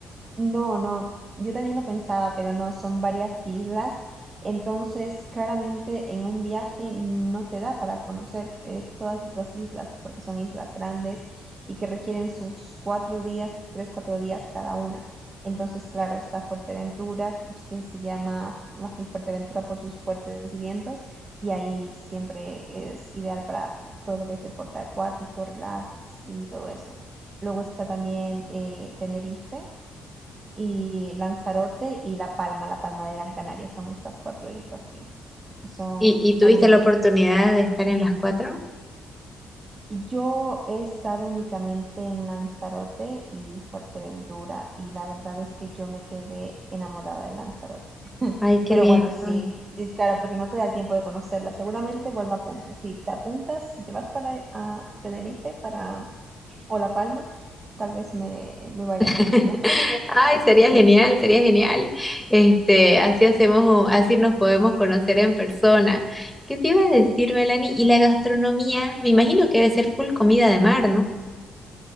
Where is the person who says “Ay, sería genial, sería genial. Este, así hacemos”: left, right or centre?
Centre